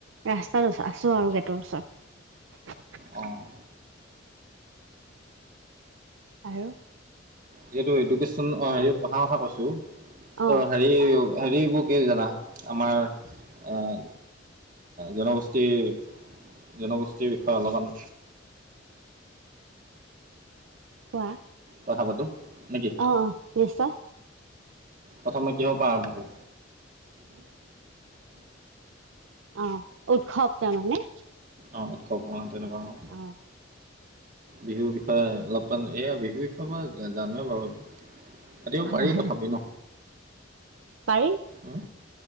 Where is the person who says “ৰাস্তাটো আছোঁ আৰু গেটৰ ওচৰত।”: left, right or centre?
Right